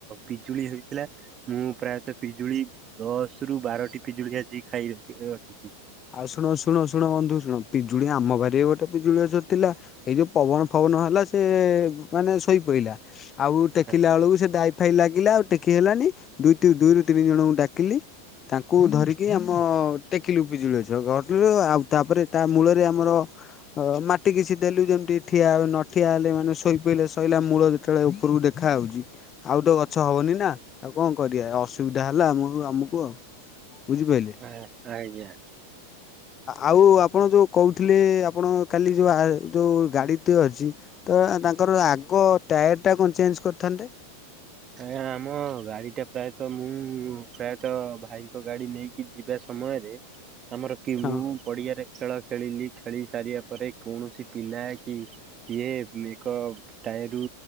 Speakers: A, on the right; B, on the left.
A: ପିଜୁଳି ହୋଇଥିଲା। ମୁଁ ପ୍ରାୟତଃ ପିଜୁଳି ଦଶ ରୁ ବାରଟି ପିଜୁଳି ଆଜି ଖାଇ ରଖିଛି।
B: ଆଉ ଶୁଣ ଶୁଣ ଶୁଣ ବନ୍ଧୁ ଶୁଣ ପିଜୁଳି ଆମ ବରିରେ ଗୋ ତ ପିଜୁଳି ଗଛ ଥିଲା ଏଇ ଯୋଉ ପବନ ଫବନ ହେଲା ସେ ମାନେ ଶୋଇପଇଲା। ଆଉ
A: ଆଜ୍ଞା।
B: ଟେକିଲା ବେଳକୁ ସେ ଡାଇଫାଇ ଲାଗିଲା ଆଉ ଟେକି ହେଲାନି ଦୁଇ ଦୁଇରୁ ତିନି ଜଣଙ୍କୁ ଡାକିଲି ତାଙ୍କୁ ଧରିକି ଆମ ଟେକିଲୁ ବିିଜୁଳି ଅଛ <unintelligible> ଆଉ ତାପରେ ତା ମୂଳରେ ଆମର ହ ମାଟି କିଛି ଦେଲୁ ଯେମିତି ଠିଆ ନ ଠିଆ ହେଲେ ମାନେ ଶୋଇ ପଇଲେ ଶଇଲା ମୂଳରେ ସେତେବେଳେ ଉପୁରୁକୁ ଦେଖାଉଛି ଆଉ ତ ଗଛ ହବନି ନା ଆଉ କଣ କରିବା ଅସୁବିଧା ହେଲା ଆମ ଆମୁକୁ ଆଉ ବୁଝି ପାଇଲେ
A: ଆ ଆଜ୍ଞା।
B: ଆଉ ଆପଣ ଯୋଉ କହୁଥିଲେ ଆପଣ କାଲି ଯୋଉ ହା ଯୋଉ ଗାଡ଼ି ଟିଏ ଅଛି ତ ତାଙ୍କର ଆଗ ଟାୟାର ଟା କଣ ଚେଞ୍ଚ୍ କରିଥାନ୍ତେ?
A: ଆଜ୍ଞା ଆମ ଗାଡ଼ି ଟା ପ୍ରାୟତଃ ମୁଁ ପ୍ରାୟତଃ ଭାଇଙ୍କ ଗାଡ଼ି ନେଇକି ଯିବା ସମୟରେ ଆମର କେମୁ
B: ହଁ
A: ପଡ଼ିଆରେ ଖେଳ ଖେଳିଲି ଖେଳି ସାରିବା ପରେ କୌଣସି ପିଲା କି ଇଏ ଏକ ଟାଏରୁ